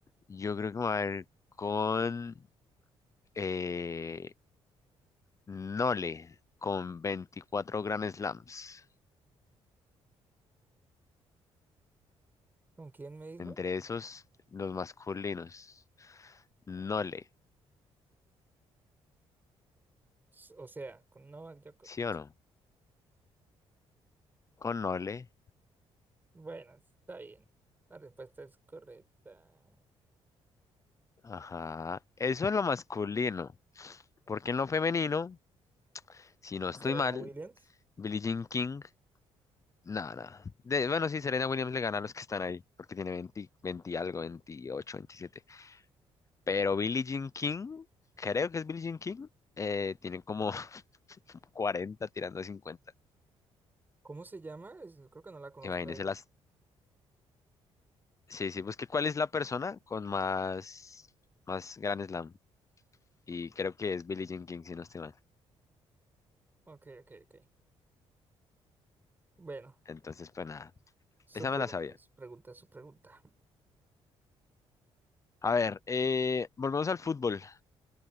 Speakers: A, on the left (about 30°); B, on the right (about 20°).
A: yo creo que me voy a ir con eh, Nole, con veinticuatro Grand Slams.
B: ¿Con quién me dijo?
A: Entre esos, los masculinos. Nole,
B: S- O sea, con Novak Djokovic.
A: ¿sí o no? Con Nole.
B: Bueno, está bien. La respuesta es correcta.
A: Ajá. Eso es lo masculino. Porque en lo femenino, si no
B: Serena
A: estoy mal,
B: Williams.
A: Billie Jean King, nada. De, bueno, sí, Serena Williams le gana a los que están ahí, porque tiene 20, 20 y algo, 28, 27. Pero Billie Jean King, creo que es Billie Jean King, eh, tiene como <laughs> 40 tirando a 50.
B: ¿Cómo se llama? Es- Creo que no la conozco
A: Imagínense
B: a ella.
A: las... Sí, sí, busqué cuál es la persona con más, más Grand Slam. Y creo que es Billie Jean King, si no estoy mal.
B: Ok, ok, ok. Bueno,
A: Entonces, pues nada,
B: su
A: esa
B: pregunta,
A: me la sabía.
B: su pregunta, su pregunta.
A: A ver, eh, volvemos al fútbol.